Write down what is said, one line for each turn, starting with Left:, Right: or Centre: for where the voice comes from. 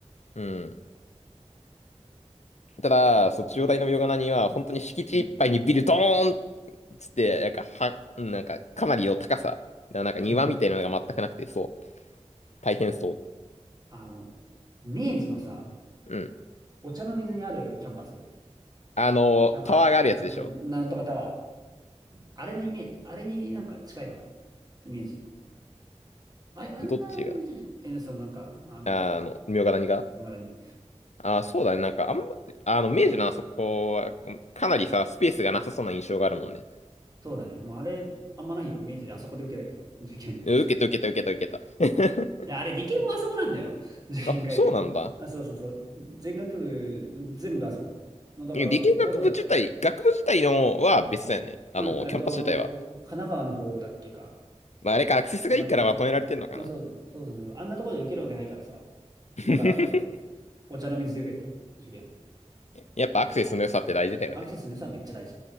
Left: うん。ただ、そう、
Right: うん。
Left: 中央大のヨガナには、本当に敷地いっぱいにビルドーン
Right: うん
Left: つって、なんか、は、なんか、かなりの高さ。ななんか庭みたいなのが全くなくて、
Right: <laughs>
Left: そう。大変そ
Right: あの、明治のさ、
Left: う。うん。
Right: お茶の水にあるキャンパス。
Left: あの、
Right: なんか、
Left: タワーがあるやつでしょ。
Right: そう、なんとかタワー。あれのイメージ、あれになんか近いのかなイメージ。あ、あんなレベルじゃないえ、
Left: どっちが、
Right: そのなんか、あの、
Left: あの、茗ヶ谷が
Right: 野方に。
Left: あー、そうだね。なんか、あんま、あの、明治のあそこは、かなりさ、スペースがなさそうな印象があるもんね。
Right: そうだね。もうあれ、あんまないよ。明治であそこで受けたけど、受験。
Left: うん受けた受けた受けた受けた。
Right: いや、あれ、理系もあそこなんだよ。
Left: <laughs>
Right: <laughs> 受験会場。
Left: あ、そうなんだ。
Right: あ、そうそうそう。全学部、全部あそこ。もうだから、
Left: え理系学部自体、
Right: そう、わざわざ、
Left: 学部自体のは別だよね。あの、
Right: うん、えっと、
Left: キャンパス自体は。
Right: 神奈川の方だっけか。
Left: まあ、あれか、アクセスがいいからまとめられてんのかな。
Right: 松、松あそう、そうそうそう。あんなところで受けるわけないからさ。
Left: <laughs>
Right: だから、そう、お茶の水で受けてた、受験。
Left: やっぱアクセスの良さって大事だよね。
Right: アクセスの良さはめっちゃ大事。